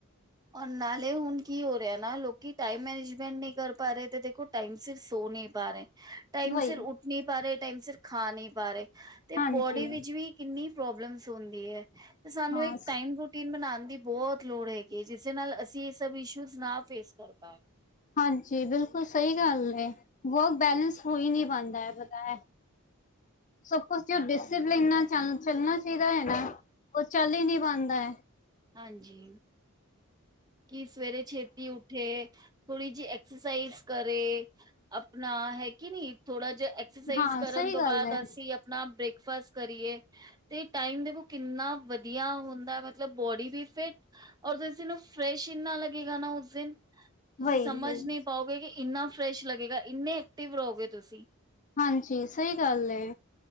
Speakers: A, on the right; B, on the left.
A: ਔਰ ਨਾਲੇ ਹੁਣ ਕੀ ਹੋ ਰਿਹਾ ਨਾ, ਲੋਕੀ ਟਾਈਮ ਮੈਨੇਜਮੈਂਟ ਨਹੀਂ ਕਰ ਪਾ ਰਹੇ, ਤੇ ਦੇਖੋ ਟਾਈਮ ਸਿਰ ਸੋ ਨਹੀਂ ਪਾ ਰਹੇ। ਟਾਈਮ
B: ਵਹੀ
A: ਸਿਰ ਉੱਠ ਨਹੀਂ ਪਾ ਰਹੇ, ਟਾਈਮ ਸਿਰ ਖਾ ਨਹੀਂ ਪਾ ਰਹੇ, ਤੇ
B: ਹਾਂਜੀ
A: ਬੋਡੀ ਵਿੱਚ ਵੀ ਕਿੰਨੀ ਪ੍ਰੋਬਲਮਸ ਹੁੰਦੀ ਹੈ, ਤੇ ਸਾਨੂੰ
B: ਹਾਂ
A: ਇੱਕ ਟਾਈਮ ਰੂਟੀਨ ਬਣਾਉਣ ਦੀ ਬਹੁਤ ਲੋੜ ਹੈਗੀ। ਕੀ ਜਿਸੇ ਨਾਲ ਅਸੀਂ ਇਹ ਸਭ ਇਸ਼ੂਜ ਨਾ ਫੇਸ ਕਰ ਪਾਏ।
B: ਹਾਂਜੀ ਬਿਲਕੁਲ ਸਹੀ ਗੱਲ ਐ, ਵਰਕ ਬੈਲੇੈਂਸ ਹੋ ਹੀ ਨਹੀਂ ਪਾਣਦਾ ਹੈ, ਪਤਾ ਹੈ। ਸਬ ਕੁਝ ਜੋ ਡਿਸਿਪਲਨ ਨਾਲ ਚ ਚੱਲਣਾ ਚਾਹੀਦਾ ਹੈ ਨਾ। ਉਹ ਚੱਲ ਹੀ ਨਹੀਂ ਪਾਣਦਾ ਹੈ।
A: ਹਾਂਜੀ। ਕਿ ਸਵੇਰੇ ਛੇਤੀ ਉਠੇ, ਥੋੜੀ ਜਿਹੀ ਐਕਸਰਸਾਈਜ਼ ਕਰੇ। ਆਪਣਾ ਹੈ ਕਿ ਨੀ, ਥੋੜਾ ਜਿਹਾ ਐਕਸਰਸਾਈਜ਼
B: ਹਾਂ
A: ਕਰਨ
B: ਸਹੀ
A: ਤੋਂ
B: ਗੱਲ
A: ਬਾਅਦ
B: ਹੈ
A: ਅਸੀਂ। ਆਪਣਾ ਬ੍ਰੇਕਫਾਸਟ ਕਰੀਏ ਤੇ ਟਾਈਮ ਦੇਖੋ ਕਿੰਨਾ ਵਧੀਆ ਹੁੰਦਾ ਮਤਲਬ। ਬੋਡੀ ਵੀ ਫਿਟ, ਔਰ ਤੁਸ ਉਹ ਫਰੈਸ਼ ਇਨਾ ਲੱਗੇਗਾ ਨਾ ਉਸ ਦਿਨ। ਤੁਸੀਂ
B: ਵਹੀ
A: ਸਮਝ
B: ਵਹੀ
A: ਨਹੀਂ ਪਾਓਗੇ ਕਿ ਇੰਨਾ ਫਰੈਸ਼ ਲੱਗੇਗਾ ਇੰਨੇ ਐਕਟਿਵ ਰਹੋਗੇ ਤੁਸੀਂ।
B: ਹਾਂਜੀ ਸਹੀ ਗੱਲ ਐ।